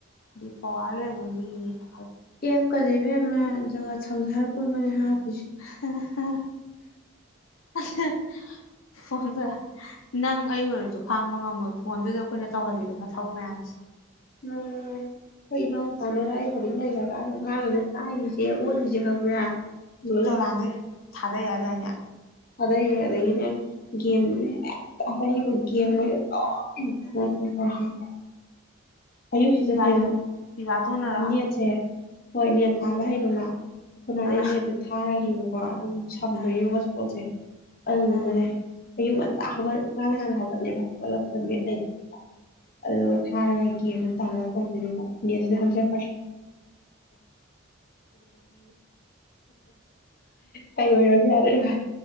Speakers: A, on the left; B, on the left.
A: ꯗꯤ ꯄꯋꯥꯔ ꯂꯩ ꯑꯗꯨ ꯃꯤꯅꯤꯅ
B: ꯑꯦ ꯀꯩꯅꯣ ꯏꯕꯦꯝ ꯃꯦ ꯖꯒꯠ ꯁꯪꯁꯥꯔ ꯄꯨꯝꯕꯅꯦ ꯍꯥꯏꯑꯦꯕ
A: ꯍꯥꯍꯥ ꯍ ꯑꯊꯥ ꯐꯣꯟꯗ ꯅꯪ ꯑꯩ ꯑꯣꯏꯔꯁꯨ ꯈꯥꯡꯕ ꯉꯝꯃꯣꯏ ꯐꯣꯟꯗꯨꯗ ꯑꯩꯈꯣꯏꯅ ꯇꯧꯍꯜꯂꯤꯕ ꯃꯊꯧ ꯃꯌꯥꯝꯁꯦ
B: ꯎꯝ ꯑꯩꯈꯣꯏ ꯏꯅꯥꯎꯄꯥꯅꯒ ꯑꯩ ꯕꯣꯔꯗꯤꯡ ꯂꯩꯈꯔꯀꯥꯟꯗꯗ ꯃꯥꯅꯅꯦ ꯊꯥꯏꯔꯤꯁꯦ ꯑꯣꯠꯂꯤꯁꯦ ꯈꯪꯕ꯭ꯔꯥ ꯂꯣꯏ
A: ꯖꯂꯥꯟꯗꯩ ꯊꯥꯗꯩ ꯍꯥꯏꯗꯥꯏꯅꯦ
B: ꯑꯗꯩ ꯑꯗꯩꯒꯤꯅꯦ ꯒꯦꯝꯗꯨꯅ ꯍꯦꯛꯇ ꯑꯔꯩꯕꯥ ꯒꯦꯝꯒꯩꯁꯦ ꯂꯣꯏꯅ ꯃꯊꯪ ꯃꯊꯪ ꯇꯧꯋꯦ ꯍꯥꯏꯕꯥ ꯑꯌꯨꯛꯁꯤꯗꯅꯦ
A: ꯄꯤꯕꯥ ꯄꯤꯕꯥꯇꯣꯟꯅꯔꯣ
B: ꯅꯦꯠꯁꯦ ꯍꯣꯏ ꯅꯦꯠ ꯊꯥꯕ ꯍꯩꯕ ꯑꯃ ꯑꯩꯈꯣꯏ ꯏꯃꯥꯗꯒꯤ
A: ꯑ
B: ꯅꯦꯠꯇꯣ ꯊꯥꯔꯅꯤꯕ ꯋꯥꯠ ꯎꯝ ꯁꯝꯗꯣꯏꯅꯦ
A: ꯎꯝ
B: ꯍꯣꯠꯁꯄꯣꯠꯁꯦ ꯑꯗꯨꯗꯨꯒꯥꯅꯦ
A: ꯎꯝ
B: ꯑꯌꯨꯛ ꯉꯟꯇꯥ ꯍꯧꯒꯠ ꯃꯥꯅ ꯍꯥꯟꯅ ꯍꯧꯒꯠꯂꯦꯕ <unintelligible> ꯑꯗꯨꯒ ꯊꯥꯔꯒ
A: ꯎꯝ
B: ꯂ ꯇꯧꯕꯤꯔꯣ ꯍꯟꯗ꯭ꯔꯦꯠ ꯄꯔꯁ <unintelligible> <unintelligible>